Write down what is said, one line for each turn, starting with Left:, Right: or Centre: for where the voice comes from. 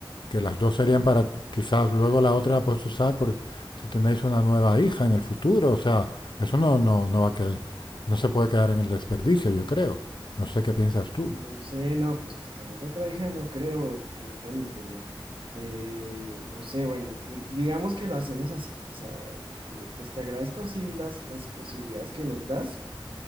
Left: que las dos serían para quizás luego la otra la puedes usar por si tenéis una nueva hija en el futuro, o sea, eso no no no va a quedar, no se puede quedar en el desperdicio, yo creo. No sé qué piensas tú.
Right: No sé, no, pues, pues tener otra hija no creo, eh, Tony, pero eh, no sé, bueno, di- digamos que lo hacemos así, o sea, eh, pues te agradezco sí las, las posibilidades que nos das,